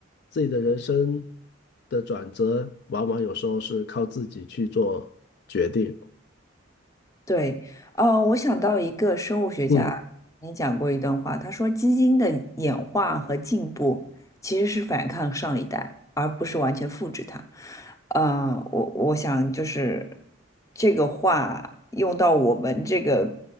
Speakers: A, on the left; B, on the left.
A: 自己的人生的转折，往往有时候是靠自己去做决定。
B: 对，哦，我想到一个生物学家，
A: 嗯，
B: 你讲过一段话，他说基因的演化和进步其实是反抗上一代，而不是完全复制它。呃，我我想就是这个话用到我们这个